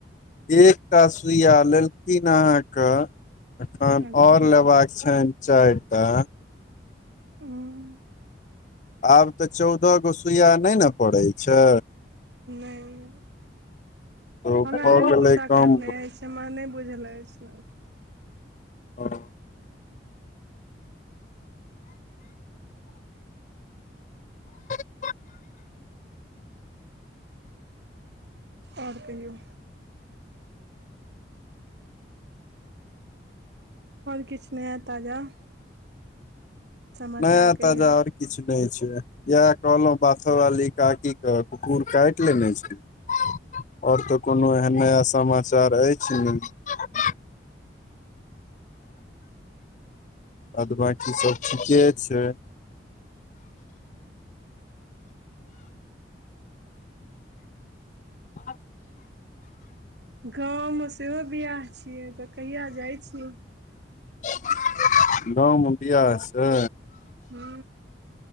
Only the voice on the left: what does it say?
एकटा सुूइया लेलथिनन अहाँके अखन
और लेबाका छनि चारिटा
आब तऽ चौदह गो बियाह नहि ने पड़ैत छै
तऽ
भऽ
गेलै
कम
आर ह
नहि
ताजा आर किछु नहि नहि छै इह कहलहु बाथो वाली काकी कह कुकुर काट े नहि आओर तऽ कोनो एहन नया समाचार अछि नहि अद बकी सब ठीके छै आ
<inaudible> गांव में वियाह से